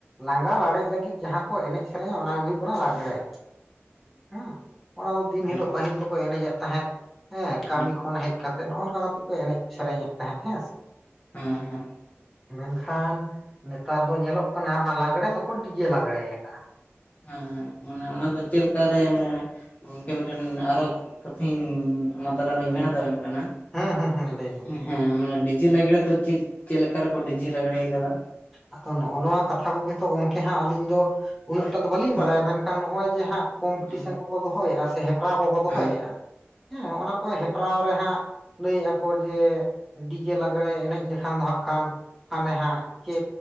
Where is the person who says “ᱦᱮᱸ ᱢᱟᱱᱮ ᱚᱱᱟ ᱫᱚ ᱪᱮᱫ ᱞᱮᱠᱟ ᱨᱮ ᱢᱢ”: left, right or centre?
Left